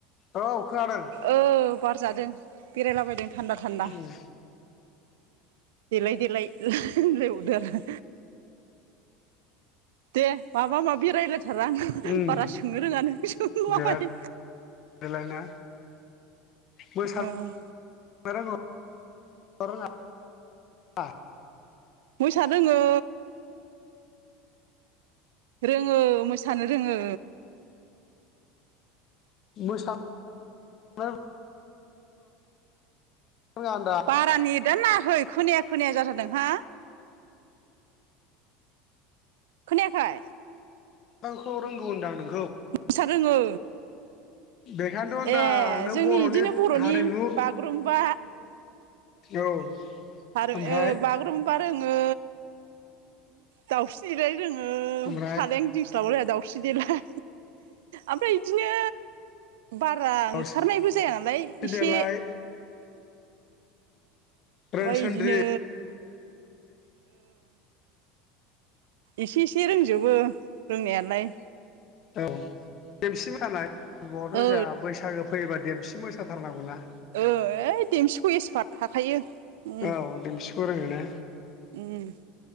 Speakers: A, on the left (about 45°); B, on the right (about 80°).
A: औ खोनादों।
B: ओ बार जादों बेरायलाबायदों थान्दा थान्दा।
A: उम
B: देलाय देलाय होनलायबावदो आरो। दे माबा माबि रायलाय सारा आं
A: उम
B: बारा सोंनो रोङा नों सोंलाबाय।
A: देलाय देलाय ना मोसानो
B: उम
A: <unintelligible>
B: मोसानो रोङो। रोङो मोसानो रोङो।
A: मोसा <inaudible> रोङा होनदां
B: बारा नेटदानो खै खोनाया खोनाया जाथारदों हा? खोनायाखै?
A: ओखौ रोंगौ होनदांं नों
B: मोसा रोङो
A: बेखायथ' होनदां
B: ए
A: नों
B: जोंनि
A: बर'नि
B: इदिनो बर'नि
A: हारिमु
B: बागुरुम्बा
A: औ
B: आरो
A: ओमफ्राय
B: ओ बागुरुम्बा रोङो दाउस्रि देलाय रों ङो
A: ओमफ्राय
B: सालायानो गिदिं स्लाबलाया दाउस्रि देलाय आमफ्राय इदिनो बारा
A: दाउस्रि
B: ओंखारनायबो जाया नालाय इसे
A: देलाय रोनसोन्द्रि
B: ओमफाय इदिनो एसे एसे रोंजोबो रोंनायालाय।
A: औ देमसि मोसानाय <unintelligible> जोंहा
B: ओ
A: बैसागो फैयोबा देमसि मोसाथारनांगौ ना।
B: ओ ओइ देमसिखौ एक्सपार्ट हाखायो उम
A: औ देमसिखौ रोङो ने
B: उम